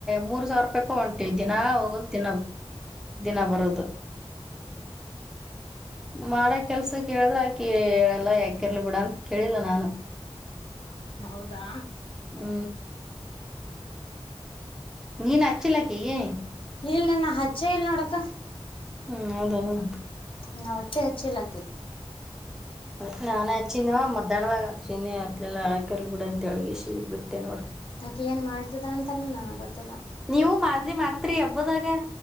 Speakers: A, in the centre; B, on the left.
A: ಮೂರ್ ಸಾವಿರ ರೂಪಾಯಕ ಹೊಂಟಿವವಿ ದಿನಾ ಹೋಗಲ್ ದಿನ ದಿನ ಬರೋದು ಮಾಡ ಕೆಲ್ಸಕ್ ಹೇಳಿದ್ರ ಆಕಿ ಹೇಳಲ್ಲ ಯಾಕಿರ್ಲಿ ಬಿಡ ಅಂತ ಕೇಳಿಲ್ಲ ನಾನು
B: ಹೌದಾ
A: ಹೂ ನೀನ್ಚ್ಚಲಕ್ಕ ಏ
B: ಇಲ್ಲ ನಾ ಹಚ್ಚ ಇಲ್ಲ ನೋಡಕ
A: ಹ್ಮ್ ಹೌದೇನು
B: ನಾ ಒಟ್ಟೆ ಹಚ್ಚಲಕ್ಕೆ
A: ಅದ ನಾನ್ ಆಚೀನ್ವ ಮಧ್ಯಾಹ್ನದಾಗ ಆತೀನ್ಿ ಅತ್ಲೆಲ್ಲ ಹಾಕರ್ಲ್ ಬಿಡ ಅಂತ ಹೇಳಳ್ಗಿಸಿ ಬಿಟ್ಟೆ ನೋಡು
B: ಮತ್ತೇನು ಏನ್ ಮಾಡ್ತಿದ ಅಂತನೂ ನನಗ್ ಗೊತ್ತಿಲ್ಲ
A: ನೀವು ಮಾಡದ್ಲಿ ಮಾಡ್ತ್ರಿ ಹಬ್ಬದಾಗ